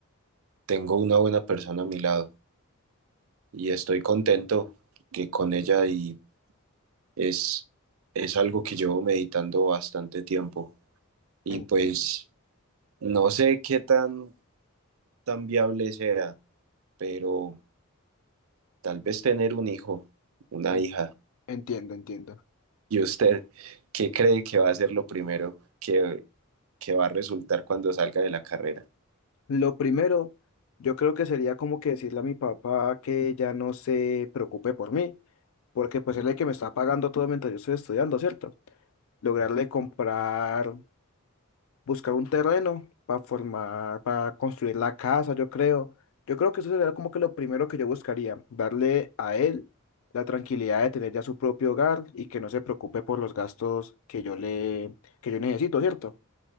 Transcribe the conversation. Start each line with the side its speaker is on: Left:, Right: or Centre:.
Right: tengo una buena persona a mi lado y estoy contento que con ella y es, es algo que llevo meditando bastante tiempo. Y
Left: entiendo,
Right: pues no sé qué tan, tan viable sea, pero Tal vez tener un hijo, una
Left: en-
Right: hija.
Left: entiendo, entiendo.
Right: ¿Y usted qué cree que va a ser lo primero que, que va a resultar cuando salga de la carrera?
Left: Lo primero, yo creo que sería como que decirle a mi papá que ya no se preocupe por mí porque pues él es el que me está pagando todo mientras yo estoy estudiando, ¿cierto? Lograrle comprar, buscar un terreno para formar, para construir la casa, yo creo. Yo creo que eso sería como que lo primero que yo buscaría, darle a él la tranquilidad de tener ya su propio hogar y que no se preocupe por los gastos que yo le, que yo necesito, ¿cierto?